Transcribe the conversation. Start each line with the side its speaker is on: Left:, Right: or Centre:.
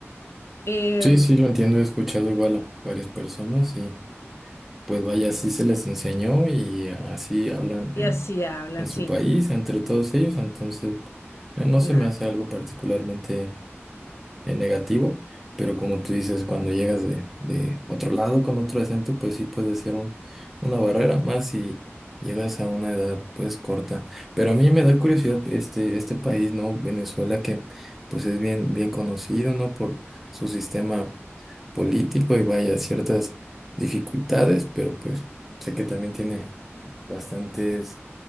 Left: Eh,
Centre: Sí, sí, lo entiendo, he escuchado igual a varias personas y pues vaya, así se les enseñó y así hablan
Left: Y
Centre: en,
Left: así hablan,
Centre: en su
Left: sí,
Centre: país, entre todos ellos, entonces eh, no
Left: claro.
Centre: se me hace algo particularmente en negativo, pero como tú dices, cuando llegas de, de otro lado con otro acento, pues sí puede ser un- una barrera más si llegas a una edad pues corta. Pero a mí me da curiosidad este, este país, ¿no? Venezuela, que pues es bien, bien conocido, ¿no? Por su sistema político y vaya ciertas dificultades, pero pues sé que también tiene bastantes